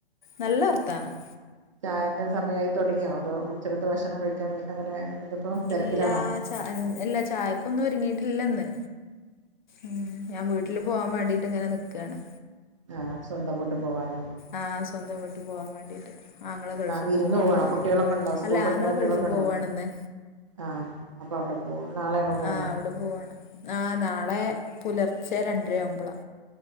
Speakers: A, on the left; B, on the right.
A: നല്ല വർത്താനം.
B: <inaudible> ചായൻ്റെ സമയമായി തുടങ്ങിയോ? അതോ ഉച്ചലത്തെ ഭക്ഷണം കഴിക്കാൻ അങ്ങനെ എന്ത ഇപ്പോ തിരക്കിലാണോ?
A: ഇല്ലാ ചാ ഇല്ല ചായക്കൊന്നും ഒരുങ്ങിട്ടില്ലന്ന് ഉം ഞാൻ വീട്ടിൽ പോവാൻ വേണ്ടീട്ട് ഇങ്ങനെ നിക്കാണ്
B: ആഹ് സ്വന്തം പോവാനോ
A: ആഹ് സ്വന്തം വീട്ട് പോവാൻ വേണ്ടീട്ട്, ആങ്ങള ഗൾഫ്
B: വിരുന്ന്
A: പോവാണ്ന്ന്
B: പോവാണോ കുട്ടികളൊക്കെ ഉണ്ടോ സ്കൂൾ
A: അല്ല
B: പഠിക്കുന്ന
A: ആങ്ങളെ
B: കുട്ടികളൊക്കെ
A: ഗൾഫ്
B: ഉണ്ടോ
A: പോവാണ്ന്ന്
B: ആ അപ്പ വ്ടെ പോവും, നാളേണോ പോണെ?
A: ആഹ് അവിടെ പോവാണ് ആഹ് നാളെ പുലർച്ചെ രണ്ടരയാവുമ്പളാ